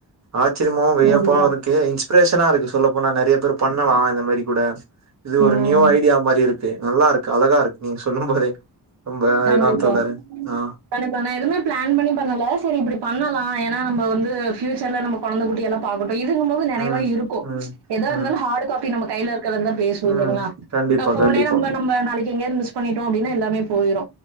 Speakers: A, on the right; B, on the right.
A: ஆச்சரியமாவு வியப்பாருக்கு
B: கண்டிப்பா
A: இன்பிரேஷனாருக்கு சொல்லப்போனா நறிய பேர் பண்ணலா இது மாரி ஸுடன்ஸ் இது
B: உம்
A: ஒரு நியூ ஐடியா மாரி இருக் நல்லாருக் அழகாருக் நீங் சொல்லும் போதே ரொம்ப அதா
B: கண்டிப்பா
A: தோழரே ஆ
B: கண்டிபா நா எதுமே பிளான் பண்ணி பண்ணல செரி இப்பிடி பண்ணலா எ னா நம்ம வந்தூ ஃபியூச்சர்ல நம்ம கொழந்த குட்டியல்லா பாக்குனு இதுங்கும் போது நெனைவா
A: ம்
B: இருக்கு
A: ம்
B: எதா இருந்தாலு
A: ம்
B: ஹாடு காப்பி நம்ப கையிலெருக்கரந்தா பேசுவு
A: ம்
B: இல்லைங்ளா
A: கண்டிப்பா
B: அ போனே
A: கண்டிப்பா
B: நம்ப நம்ப நாளைக் எங்கயாது மிஸ் பண்ணிட்டோ அப்டினா எல்லாமெ போயிரு